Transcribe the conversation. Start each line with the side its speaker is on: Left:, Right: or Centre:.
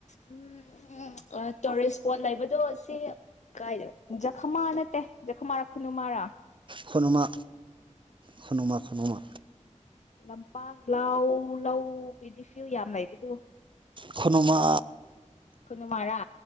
Left: ꯎꯝ ꯇꯨꯔꯤꯁ ꯏꯁꯄꯣꯠ ꯂꯩꯕꯗꯣ ꯁꯤ ꯀꯥꯏꯗ ꯖꯈꯃꯥ ꯅꯠꯇꯦ ꯖꯈꯃꯥ ꯔꯥ ꯈꯨꯅꯨꯃꯔꯥ
Right: ꯈꯨꯅꯣꯃꯥ ꯈꯨꯅꯣꯃꯥ ꯇꯨꯅꯣꯃꯥ
Left: ꯂꯝꯄꯥꯛ ꯂꯥꯎ ꯂꯧ ꯄꯦꯗꯤ ꯐꯤꯜ ꯌꯥꯝ ꯂꯩꯕꯗꯨ
Right: ꯈꯣꯅꯨꯃꯥ
Left: ꯈꯣꯅꯨꯃꯥꯔꯥ